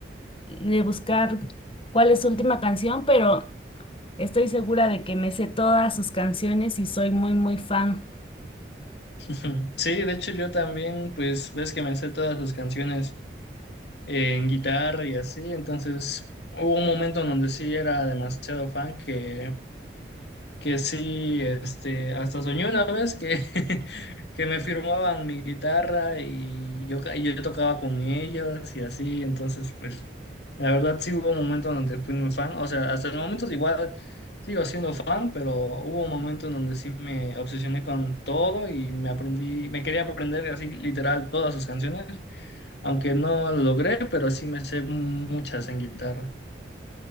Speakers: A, on the left; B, on the left.
A: de buscar cuál es su última canción, pero estoy segura de que me sé todas sus canciones y soy muy, muy fan.
B: Ujú. Sí, de hecho yo también, pues ves que me sé todas sus canciones en guitarra y así, entonces hubo un momento en donde sí era demasiado fan que, que sí, este, hasta soñé una vez que, <laughs> que me firmaban mi guitarra y yo, ca- y yo tocaba con ellos y así, entonces pues la verdad sí hubo un momento donde fui muy fan, o sea, hasta el momento igual sigo siendo fan, pero hubo un momento en donde sí me obsesioné con todo y me aprendí, me quería aprender así literal todas sus canciones, aunque no lo logré, pero sí me sé muchas en guitarra.